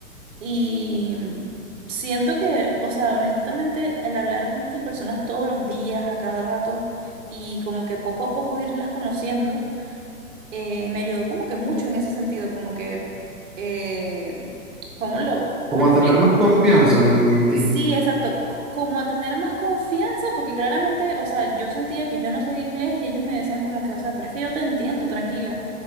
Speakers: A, on the right (about 55°); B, in the centre.
A: Y siento que, o sea, honestamente, al hablar con estas personas todos los días, a cada rato, y como que poco a poco irlas conociendo, eh, me ayudó como que mucho en ese sentido, como que, eh, ¿cómo lo,
B: Como
A: cómo lo
B: a
A: explico?
B: tener más confianza en, en ti.
A: Sí, exacto, c- como a tener más confianza, porque claramente, o sea, yo sentía que yo no sabía inglés y ellos me decían como que, o sea, pero es que yo te entiendo, tranquila,